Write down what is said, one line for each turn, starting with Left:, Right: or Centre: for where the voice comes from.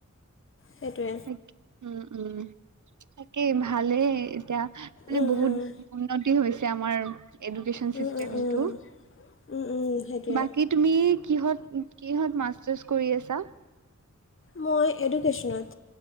Left: সেইটোৱে
Right: তাক উম-উম তাকেই ভালেই এতিয়া। মানে
Left: উম
Right: বহুত
Left: উম
Right: উন্নতি হৈছে আমাৰ। এডুকেশচন
Left: উম
Right: চিষ্টেমটো
Left: উম উম উম, উম, সেইটোৱে
Right: বাকী তুমি কিহত কিহত মাষ্টাৰছ কৰি আছা?
Left: মই এডুকেশ্যনত